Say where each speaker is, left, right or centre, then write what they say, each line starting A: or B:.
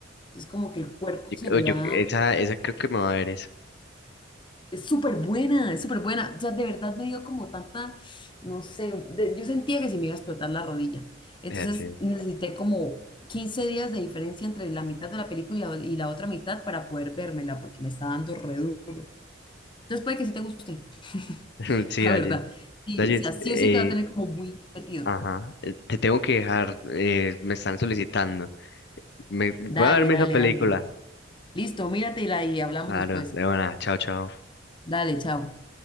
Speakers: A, on the left; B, on the left.
A: Entonces, como que el cuerpo
B: yo,
A: se
B: creo-
A: le
B: yo-
A: va
B: esa, esa creo que me va a ver esa.
A: es súper buena, es súper buena. O sea, de verdad me dio como tanta, no sé, de- yo sentía que se me iba a explotar la rodilla. Entonces
B: Esa Sí,
A: necesité como 15 días de diferencia entre la mitad de la película y la, y la otra mitad para poder vérmela, porque me está dando re duro. Entonces puede que sí te guste,
B: <laughs>
A: <laughs>
B: Sí,
A: la
B: Dalles.
A: verdad. Sí,
B: Dalles,
A: o sea, sí
B: eh,
A: o sí te va a tener como muy metido.
B: ajá. eh, Te tengo que dejar. eh, me están solicitando. Me, voy
A: Dale,
B: a verme
A: dale,
B: esa película.
A: dale. Listo, míratela y hablamos
B: Claro,
A: después.
B: de buena. Chao, chao.
A: Dale, chao.